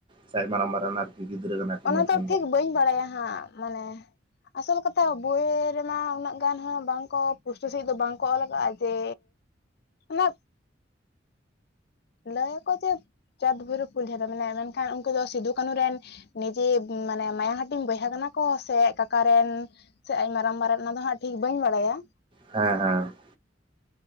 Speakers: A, on the right (about 25°); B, on the left (about 55°).
A: ᱥᱮ ᱟᱡ ᱢᱟᱨᱟᱝ ᱵᱟ ᱨᱮᱱ ᱟᱨ ᱜᱤᱫᱽᱨᱟᱹ ᱠᱟᱱᱟ? ᱠᱤᱱ
B: ᱚᱱᱟ
A: ᱱᱩᱠᱤᱱ
B: ᱫᱚ ᱴᱷᱤᱠ ᱵᱟᱹᱧ ᱵᱟᱲᱟᱭᱟ ᱦᱟᱸᱜ ᱢᱟᱱᱮ᱾ ᱟᱥᱚᱞ ᱠᱟᱛᱷᱟ ᱵᱳᱭᱮ ᱨᱮᱢᱟ ᱩᱱᱟᱹᱜ ᱜᱟᱱ ᱦᱚᱸ ᱵᱟᱝᱠᱚ ᱯᱩᱥᱴᱟᱹ ᱥᱟᱺᱦᱤᱡ ᱫᱚ ᱵᱟᱝ ᱠᱚ ᱚᱞ ᱟᱠᱟᱜᱼᱟ ᱡᱮ, ᱚᱱᱟᱵ ᱞᱟᱹᱭ ᱭᱟᱠᱚ ᱡᱮ ᱪᱟᱸᱫᱷ ᱵᱷᱳᱭᱨᱳᱵᱽ ᱯᱷᱩᱞ ᱡᱷᱟᱱᱚ ᱢᱮᱱᱟᱭᱟ, ᱢᱮᱱᱠᱷᱟᱱ ᱩᱱᱠᱩ ᱫᱚ ᱥᱤᱫᱷᱩᱼ ᱠᱟᱹᱱᱦᱩ ᱨᱮᱱ ᱱᱤᱡᱮ ᱢᱟᱱᱮ ᱢᱟᱭᱟᱝ ᱦᱟᱹᱴᱤᱧ ᱵᱚᱭᱦᱟ ᱠᱟᱱᱟ ᱠᱚ ᱥᱮ ᱟᱡ ᱠᱟᱠᱟ ᱨᱮᱱ ᱥᱮ ᱟᱡ ᱢᱟᱨᱟᱝᱼᱵᱟ ᱨᱮᱱ, ᱚᱱᱟ ᱫᱚ ᱦᱟᱸᱜ ᱴᱷᱤᱠ ᱵᱟᱹᱧ ᱵᱟᱰᱟᱭᱟ ᱾
A: ᱦᱮᱸ ᱦᱮᱸ ᱾